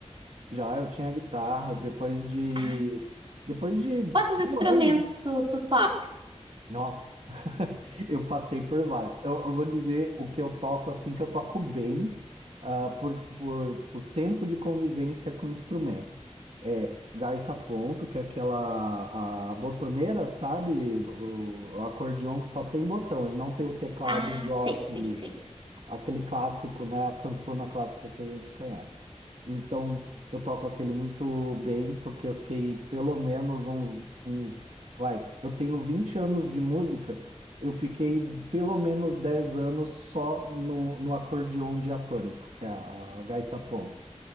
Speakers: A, on the right; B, on the right.
A: Já eu tinha guitarra, depois de,
B: Ah.
A: depois de
B: Quantos instrumentos
A: um ano
B: tu, tu toca?
A: nossa, <laughs> eu passei por vários. Eu, eu vou dizer o que eu toco assim, que eu toco bem, ah, por, por, por tempo de convivência com o instrumento. É gaita ponto, que é aquela a botoneira, sabe? O, o acordeão que só tem botão, ele não tem o teclado
B: Ah,
A: igual
B: sei,
A: aquele
B: sei, sei, sei.
A: aquele clássico, né? A sanfona clássica que a gente conhece. Então, eu toco aquele muito bem, porque eu fiquei pelo menos uns, uns, vai, eu tenho 20 anos de música, eu fiquei pelo menos 10 anos só no, no acordeão diatônico, que é a, a gaita ponto.